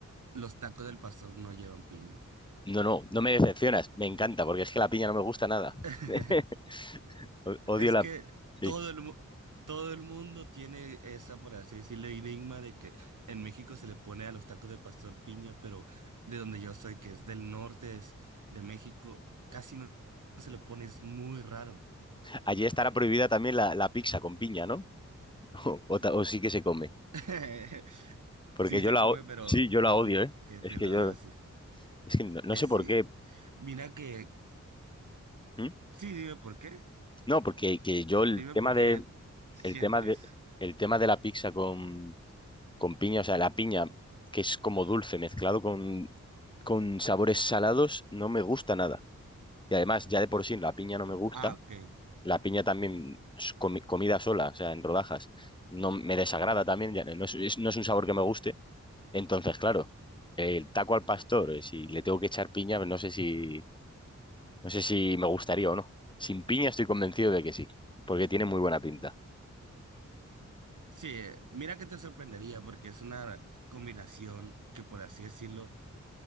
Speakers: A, on the right; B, on the left.
A: los tacos del pastor no llevan piña.
B: No, no, no me decepcionas. Me encanta, porque es que la piña no me gusta nada.
A: <laughs>
B: <laughs> O- Odio
A: Es
B: la...
A: que
B: sí.
A: todo el, mu- todo el mundo tiene esa, por así decirlo, enigma de que en México se le pone a los tacos de pastor piña, pero de donde yo soy, que es del norte de, de México, casi no se le pone, es muy raro.
B: Allí estará prohibida también la, la pizza con piña, ¿no? <laughs> O, o ta- o sí que se come.
A: <laughs>
B: Porque
A: Sí se
B: yo la...
A: come,
B: o-
A: pero
B: Sí, yo
A: muy
B: la
A: poca
B: odio, ¿eh?
A: gente
B: Es
A: lo
B: que yo...
A: hace.
B: Es que no, no
A: Eh,
B: sé
A: sí.
B: por qué.
A: Mira que,
B: ¿Mm?
A: sí, dime por qué.
B: No, porque que yo el
A: Dime
B: tema
A: por qué
B: de...
A: sientes.
B: El tema de... El tema de la pizza con, con piña, o sea, la piña, que es como dulce mezclado con, con sabores salados, no me gusta nada. Y además, ya de por sí, la piña no me gusta.
A: Ah, ok.
B: La piña también, s- comi- comida sola, o sea, en rodajas, no me desagrada también, ya no es, es- no es un sabor que me guste. Entonces, claro, el taco al pastor, eh, si le tengo que echar piña, no sé si, no sé si me gustaría o no. Sin piña estoy convencido de que sí, porque tiene muy buena pinta.
A: Sí, eh, mira que te sorprendería porque es una combinación que, por así decirlo,